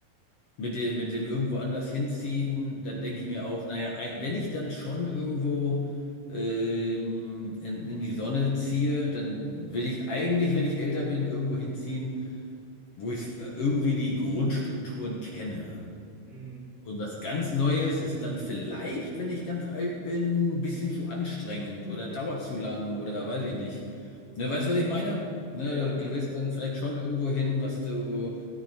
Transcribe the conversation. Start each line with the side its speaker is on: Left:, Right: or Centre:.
Left: Mit dem, mit dem irgendwo anders hinziehen, da denke ich mir auch, naja, eig- wenn ich dann schon irgendwo ähm, in, in die Sonne ziehe, dann will ich eigentlich, wenn ich älter bin, irgendwo hinziehen, wo ich irgendwie die Grundstrukturen kenne.
Right: Hm.
Left: Und was ganz Neues ist dann vielleicht, wenn ich ganz alt bin, ein bisschen zu anstrengend oder dauert zu lang oder weiß ich nicht. Ne, weißt du, was ich meine? Ne,
Right: Ja, ja, auf
Left: du
Right: jeden
Left: willst
Right: Fall.
Left: dann vielleicht schon irgendwo hin, was du